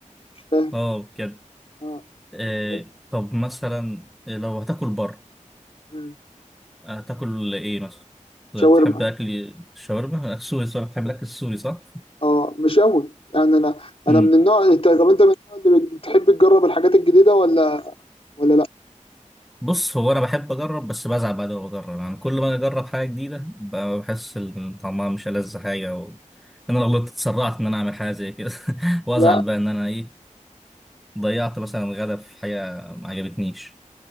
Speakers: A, on the left; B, in the centre.
A: مش فاهم
B: اه بجد
A: اه
B: آه،
A: طب إيه؟
B: طب مثلا لو هتاكل بره
A: مم.
B: هتاكل ايه مثلا
A: شاورما
B: تحب اكل الشاورما السوري صح تحب الاكل السوري صح
A: اه مش قوي يعني انا انا
B: امم
A: من النوع انت طب انت من النوع اللي بتحب تجرب الحاجات الجديده ولا ولا لا
B: بص هو انا بحب اجرب بس بزعل بعد ما بجرب يعني كل ما اجرب حاجه جديده ب- بحس ان طعمها مش ألذ حاجه و... انا لو غلطت اتسرعت ان انا اعمل حاجه زي كده <laughs> وازعل
A: لا
B: بقى ان انا ايه ضيعت مثلا غدا في حاجه ما عجبتنيش